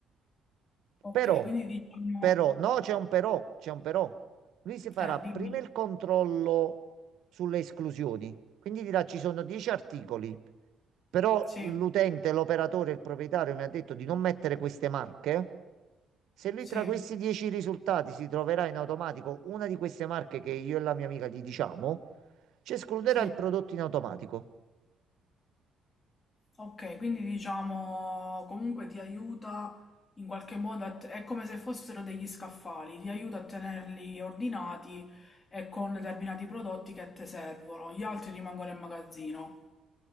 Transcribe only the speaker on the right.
Però,
però, no, c'è un però, c'è un però. Lui si farà
prima
il controllo sulle esclusioni, quindi dirà ci sono 10 articoli, però
l'utente, l'operatore, il proprietario mi ha detto di non mettere queste marche. Se lui
tra questi 10 risultati si troverà in automatico una di queste marche che io e la mia amica gli diciamo, ci escluderà
il prodotto in automatico.